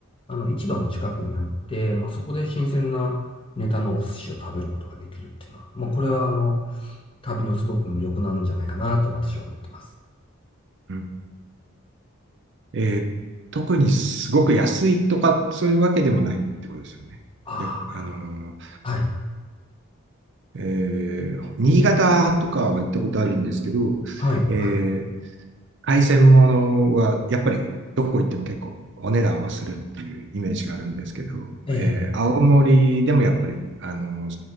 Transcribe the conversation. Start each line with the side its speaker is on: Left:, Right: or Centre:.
Left: あの、市場も近くにあって、まあ、そこで新鮮なネタのお寿司を食べることができるっていうのは、まあ、これはあの、旅のすごく魅力なんじゃないかなと私は思ってます。
Right: うんえー特にすごく安いとかそういうわけでもないってことですよね。
Left: あ
Right: いやあのー
Left: あ、はい、
Right: えー新潟とかは行ったことあるんですけど、
Left: はい、
Right: えー
Left: はい。
Right: 海鮮物はやっぱりどこ行っても結構お値段はするっていうイメージがあるんですけど、
Left: ええ
Right: えー青森でもやっぱり、あのー